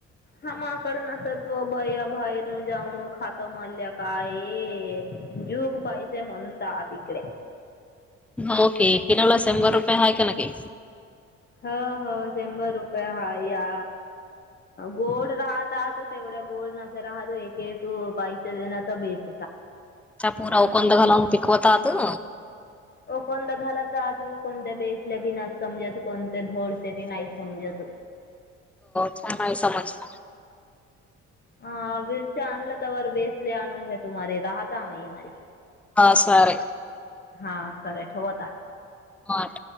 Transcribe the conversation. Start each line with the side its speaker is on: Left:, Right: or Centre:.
Left: हामाकड नसव बया बाहेर जाऊन खाता मारल्या का ये जूक पैसे म्हणतात तिकडे
Centre: हो के किनवला शंभर रुपये हाय का नही.
Left: हो हो शंभर रुपये हा या गोड राहतात तेवढ्या गोड नसे राहतो एक एक पैसे देणार तर बेस
Centre: चापोरा उकंद घालवून पि होता तो
Left: हो कोणत्या घालात रा तू कोणत्या बेसल्या की नाही समज तू कोणते गोड चे ती नाही समजत
Centre: छान आहे समज
Left: आ बेसचे आणला तवर बेसले आनगे तुम्हारे राहता महीमारी
Centre: हा सॉरे
Left: हा तरे ठेवता
Centre: माठ